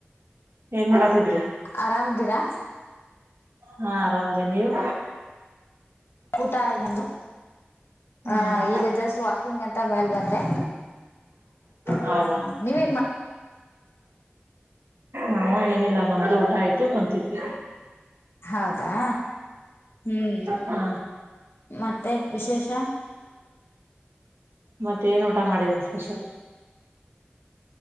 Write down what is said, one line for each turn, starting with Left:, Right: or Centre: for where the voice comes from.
Right: ಏನ್ ಮಾಡತಿದ್ರಿ
Left: ಆರಾಮಿದ್ದೀರಾ
Right: ಹಾ ಆರಾಮ ಅದೇ ನೀವು
Left: ಊಟ ಇನ್ನೊಂದು
Right: ಹ್ಮ್
Left: ಹ ಈಗ ಜಸ್ಟ್ ಗ್ ಅಂತ ಮ್ಯಲ್ ಬಂದೆ
Right: ಹೌದಾ
Left: ಹ ನೀವೇನ್ ಮಾಡ
Right: ನಾವು ಏನಿಲ್ಲ ನಮ್ದು ಊಟ ಆಯ್ತು ಕುತಿದ್ವಿ
Left: ಹೌದಾ ಹ್ಮ್
Right: ಹಾ
Left: ಮತ್ತೆ ವಿಶೇಷ
Right: ಮತ್ತ ಏನ್ ಊಟ ಮಾಡಿದ್ರಿ ಸ್ಪೆಷಲ್